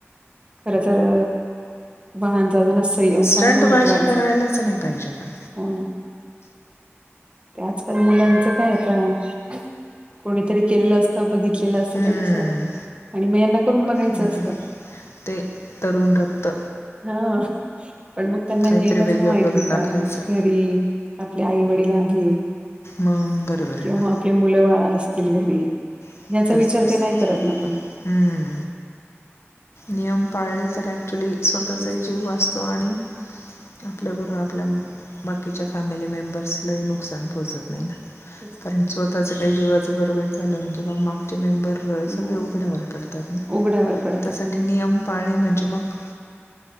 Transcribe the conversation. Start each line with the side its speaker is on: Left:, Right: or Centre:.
Right: खर तर्र वाहन ताना संयम
Left: स्टंटबाजी
Right: फार महत्त्वाचा.
Left: करायलाच नाही पाहिजे पण.
Right: हो ना. ते आजकाल मुलांचं काय, का? कोणीतरी केलेलं असतं, बघितलेलं असतं,
Left: हं,
Right: त्यांचं. आणि म यांना करून बघायचं
Left: बरं.
Right: असतं.
Left: ते तरुण रक्त.
Right: हा पण मग त्यांना
Left: काहीतरी
Right: हे नसतं
Left: वेगळं
Right: माहिती
Left: करून दाखवायचं.
Right: का? घरी, आपले आई वडील आहेत.
Left: मग बरोबर
Right: किंवा
Left: आहे ना.
Right: आपले मूलबाळ असतील घरी.
Left: <inaudible>
Right: ह्याचा
Left: हम्म.
Right: विचार ते नाही करत ना पण
Left: नियम पाळले तर ॲक्च्युली स्वतःचाही
Right: तेच
Left: जीव
Right: तर
Left: वाचतो, आणि आपल्याबरोबर आपल्या बाकीच्या फॅमिली मेंबर्सलाही नुकसान पोहोचत नाही
Right: नक्कीच
Left: कारण स्वतःच्य काही जीवाचं बरं वाईट झालं, म्हणजे मग म बरोबर सगळे
Right: मग
Left: उघड्यावर पडतात ना,
Right: उघड्यावर पडतात
Left: त्यासाठी
Right: मग
Left: नियम पाळणे म्हणजे मग